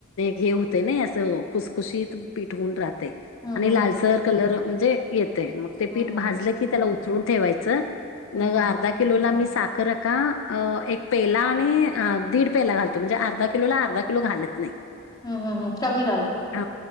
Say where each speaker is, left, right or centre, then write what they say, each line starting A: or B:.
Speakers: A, on the left (about 65°); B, on the left (about 20°).
A: हे होत ना असं? खुसखुशीत पिठ होवून राहतय
B: हम्म
A: आणि
B: हम्म
A: लालसर कलर म्हणजे येतय. मग
B: हम्म
A: ते पीठ
B: हम्म हम्म
A: भाजलं की त्याला उतरवून ठेवायच.
B: हम्म
A: मग
B: हम्म
A: अर्धा किलोला मी - साखर का? एक पेला आणि दीड पेला घालतो. म्हणजे अर्धा किलोला अर्धा किलो घालत- घालत नाही.
B: हम्म हम् हम्. कमी घालता.
A: अ